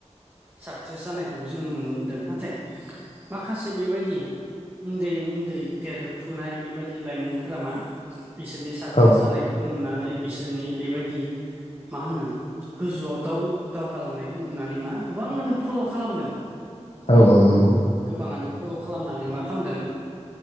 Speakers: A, on the right; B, on the left.
A: साक्सेस जानायखौबो जोङो नुनो मोनदों नाथाय माखासे बेबायदि उन्दै उन्दै देरफुनाय बेबायदि लाइमोनफोरा मा बिसोरनि साक्सेस
B: औ
A: जानायखौ नुनानै बिसोरनि बेबायदि मा होनो गोजौआव दाव दावगालांनायखौ नुनानै मा गोबांआनो फल' खालामदों
B: औ औ नंगौ
A: गोबाङानो फल खालामनानै मा खालामदों।